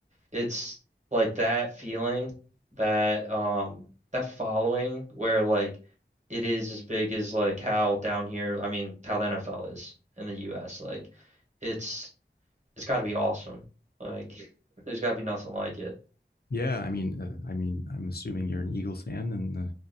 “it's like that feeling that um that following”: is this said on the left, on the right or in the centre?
Right